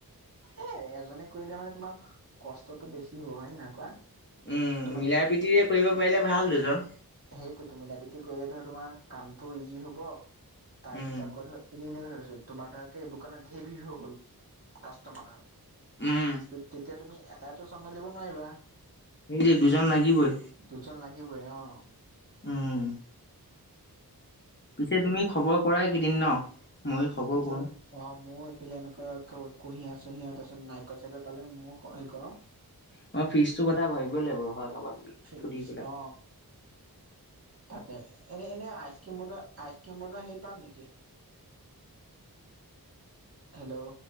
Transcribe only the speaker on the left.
উম
মিলা প্ৰীতিৰে কৰিব পাৰিলে ভাল দুজন।
উম।
উম।
এই দুজন লাগিবই।
উম পিছে তুমি খবৰ কৰাই কি দিম ন? মই খবৰ
কৰো
মই ফিজ টো কথা ভাবিবই লাগিব ৰখা কাৰোবাক।
সুধি পেলাই